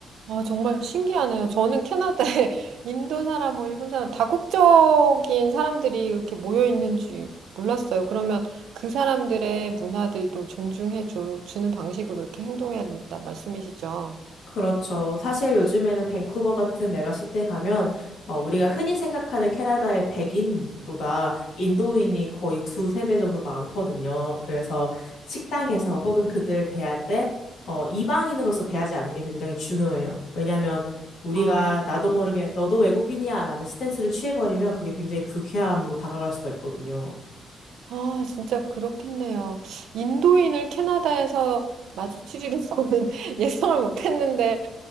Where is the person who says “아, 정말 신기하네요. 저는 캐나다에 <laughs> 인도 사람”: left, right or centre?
Right